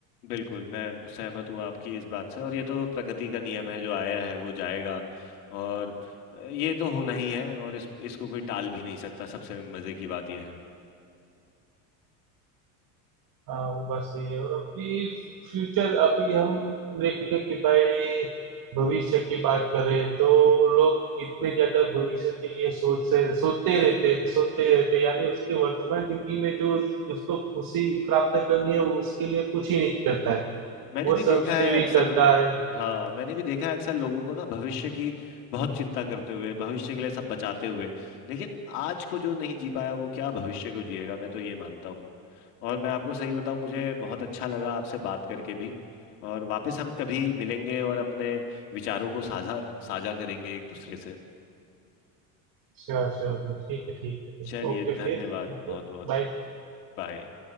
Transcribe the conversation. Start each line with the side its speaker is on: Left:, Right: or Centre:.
Left: बिल्कुल मैं सहमत हूँ आपकी इस बात से और ये तो प्रकृति का नियम है जो आया है वो जाएगा और अ, ये तो होना ही है और इस इसको कोई टाल भी नहीं सकता सबसे मजे की बात यह है
Right: हाँ वो बात सही है और अभी फ्यूचर अभी हम देखें कि भाई भविष्य की बात करें तो लोग इतने ज्यादा भविष्य के लिए सोच से सोचते रहते हैं सोचते रहते हैं यानी उसके वर्तमान जिंदगी में जो उसको खुशी प्राप्त करनी है वो उसके लिए कुछ ही नहीं करता है
Left: मैंने
Right: वो
Left: भी देखा
Right: सब सेविंग
Left: है अक्सर
Right: करता है
Left: हाँ मैंने भी देखा है अक्सर लोगों को ना भविष्य की बहुत चिंता करते हुए भविष्य के लिए सब बचाते हुए लेकिन आज को जो नहीं जी पाया वो क्या भविष्य को जिएगा मैं तो ये मानता हूँ और मैं आपको सही बताऊं मुझे बहुत अच्छा लगा आपसे बात करके भी और वापस हम कभी मिलेंगे और अपने विचारों को साझा साझा करेंगे एक दूसरे से
Right: श्योर श्योर ठीक है ठीक है
Left: चलिए
Right: ओके
Left: धन्यवाद
Right: फिर Okay
Left: बहुत बहुत
Right: bye
Left: बाय